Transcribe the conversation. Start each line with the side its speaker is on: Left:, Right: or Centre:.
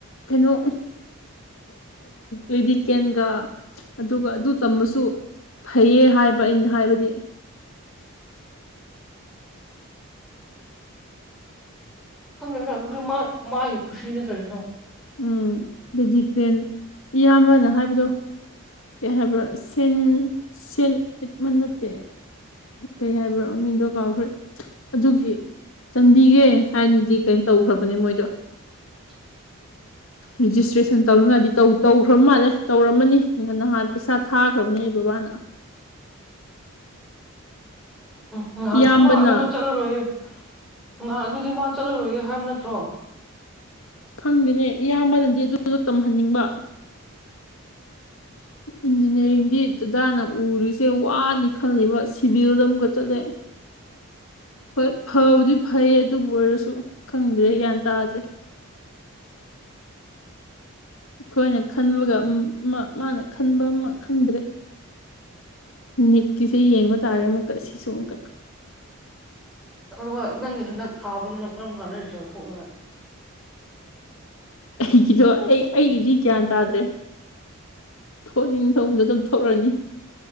Left: ꯀꯩꯅꯣ ꯂꯤꯗꯤꯀꯦꯟꯒ ꯑꯗꯨꯒ ꯑꯗꯨ ꯇꯝꯕꯁꯨ ꯐꯩꯌꯦ ꯍꯥꯏꯕ ꯑꯩꯅ ꯍꯥꯏꯕꯗꯤ
Centre: <inaudible> ꯈꯪꯗ꯭ꯔꯦꯗ ꯑꯗꯨꯗꯤ ꯃꯥꯒꯤ ꯈꯨꯁꯤꯅꯦ ꯀꯔꯤꯅꯣ
Left: ꯎꯝ ꯗꯦꯖꯤ ꯇꯦꯟ ꯏꯌꯥꯝꯕꯅ ꯍꯥꯏꯕꯗꯣ ꯀꯩ ꯍꯥꯏꯕ꯭ꯔꯥ ꯁꯦꯟ ꯁꯦꯟ ꯏꯠꯃ ꯅꯠꯇꯦ ꯀꯩ ꯍꯥꯏꯕ꯭ꯔꯣ ꯃꯤꯡꯗꯣ ꯀꯥꯎꯈ꯭ꯔꯦ ꯑꯗꯨꯒꯤ ꯆꯟꯕꯤꯒꯦ ꯍꯥꯏꯅꯗꯤ ꯀꯩꯅ ꯇꯧꯈ꯭ꯔꯕꯅꯦ ꯃꯣꯏꯗꯣ
Centre: <inaudible>
Left: ꯔꯤꯖꯤꯁꯇ꯭ꯔꯦꯁꯟ ꯇꯧꯅꯤꯡꯉꯥꯏꯗꯤꯧ ꯇꯧꯈ꯭ꯔꯕ ꯃꯥꯜꯂꯦ ꯇꯧꯔꯝꯃꯅꯤ ꯅꯍꯥꯟ ꯄꯩꯁꯥ ꯊꯥꯈ꯭ꯔꯕꯅꯦ ꯕꯥꯕꯥꯅ
Centre: <inaudible> ꯎꯝ ꯅꯍꯥꯟ
Left: ꯏꯌꯥꯝꯕꯅ
Centre: ꯃꯥ ꯑꯗꯨꯁꯨ ꯆꯠꯂꯔꯣꯏꯌꯦ ꯅꯍꯥꯟ ꯑꯗꯨꯗꯤ ꯃꯥ ꯆꯠꯂꯔꯣꯏꯒꯦ ꯍꯥꯏꯕ ꯅꯠꯇ꯭ꯔꯣ
Left: ꯈꯪꯗꯦꯅꯦ ꯏꯌꯥꯝꯕꯅꯗꯤ ꯑꯗꯨꯗꯣ ꯇꯝꯍꯟꯅꯤꯡꯕ
Centre: <inaudible>
Left: ꯏꯟꯖꯤꯅꯤꯌꯥꯔꯤꯡꯗꯤ ꯗꯗꯥꯅ ꯎꯔꯤꯁꯦ ꯋꯥꯅꯤ ꯈꯜꯂꯕ ꯁꯤꯚꯤꯜꯗ ꯑꯃꯀ ꯆꯠꯂꯦ ꯍꯣꯏ ꯐꯕꯨꯗꯤ ꯐꯩꯌꯦ ꯑꯗꯨꯕꯨ ꯑꯣꯏꯔꯁꯨ ꯈꯪꯗ꯭ꯔꯦ ꯒ꯭ꯌꯥꯟ ꯇꯥꯗ꯭ꯔꯦ
Centre: <inaudible>
Left: ꯑꯩꯈꯣꯏꯅ ꯈꯟꯕꯒ ꯃꯥꯅ ꯈꯟꯕ ꯑꯃ ꯈꯪꯗ꯭ꯔꯦ ꯅꯤꯛꯀꯤꯁꯦ ꯌꯦꯡꯕ ꯇꯥꯔꯦ ꯑꯃꯨꯛꯀ ꯁꯤꯁꯨ ꯑꯃꯨꯛꯀ
Centre: ꯑꯗꯨꯒ ꯅꯪꯒꯤ ꯍꯟꯗꯛ ꯊꯥꯕꯅ ꯅꯪ ꯀꯔꯝ ꯀꯥꯟꯗ ꯔꯤꯖꯜ ꯊꯣꯛꯅꯉꯥꯏ
Left: ꯑꯩꯒꯤꯗꯣ ꯑꯩ ꯑꯩꯒꯤꯗꯤ ꯒ꯭ꯌꯥꯟ ꯇꯥꯗ꯭ꯔꯦ ꯊꯣꯛꯅꯤꯡ ꯊꯕꯗ ꯑꯗꯨꯝ ꯊꯣꯛꯂꯛꯅꯤ